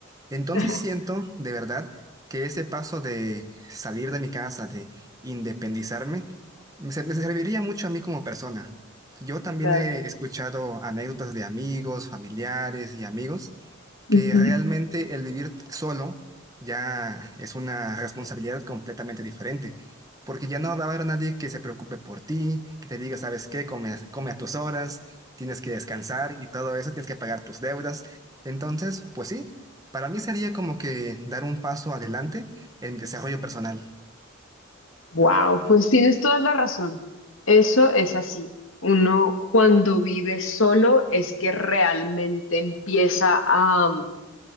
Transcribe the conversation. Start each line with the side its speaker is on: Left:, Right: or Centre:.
Right: entonces
Left: <laughs>
Right: siento de verdad que ese paso de salir de mi casa, de independizarme, me ser- me serviría mucho a mí como persona. Yo también
Left: Claro.
Right: he escuchado anécdotas de amigos, familiares y amigos
Left: <laughs>
Right: que realmente el vivir solo ya es una responsabilidad completamente diferente, porque ya no va a haber nadie que se preocupe por ti, que te diga, ¿sabes qué? Come, come a tus horas, tienes que descansar y todo eso, tienes que pagar tus deudas. Entonces, pues sí, para mí sería como que dar un paso adelante en mi desarrollo personal.
Left: Wow, pues tienes toda la razón. Eso es así. Uno cuando vive solo es que realmente empieza a,